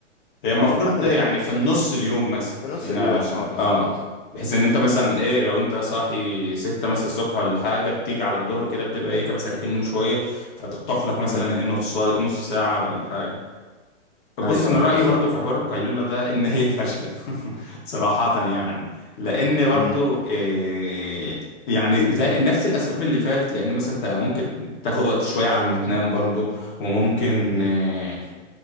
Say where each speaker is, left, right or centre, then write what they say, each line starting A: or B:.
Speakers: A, on the left (about 40°); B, on the left (about 60°).
A: هي المفروض
B: اه فأنت
A: ده
B: بتكون
A: يعني
B: في
A: في النص اليوم مثلا
B: في
A: خلينا
B: نص اليوم
A: عشان
B: اه بالظبط
A: اه
B: بالظبط
A: بحيث ان انت مثلا ايه لو انت صاحي ستة مثلا الصبح ولا حاجة بتيجي على الظهر كده بتبقى ايه كابس عليك النوم شوية فتخطف لك مثلا
B: أمم،
A: ايه نص نص ساعة ولا حاجة بص
B: أيوه
A: انا
B: أيوه
A: رأيي
B: بالظبط
A: برضو في حوار القيلولة ده ان هي فاشلة <laughs> صراحة يعني لان برضو
B: أمم،
A: إيه يعني بتاع نفس الاسباب اللي فاتت لان مثلا انت ممكن تاخد وقت شويه على ما تنام برضو وممكن
B: أمم، أمم.
A: آه،